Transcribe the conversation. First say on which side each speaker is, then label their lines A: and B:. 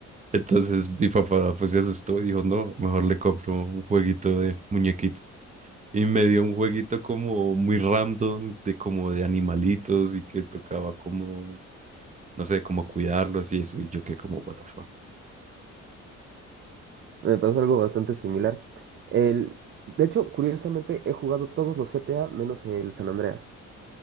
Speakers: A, on the right; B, on the right.
A: Entonces mi papá pues se asustó y dijo, no, mejor le compro un jueguito de muñequitos. Y me dio un jueguito como muy random, de como de animalitos y que tocaba como no sé, como cuidarlos y eso, y yo que como, what the fuck.
B: Me pasó algo bastante similar. El, de hecho, curiosamente, he jugado todos los GTA menos el San Andreas.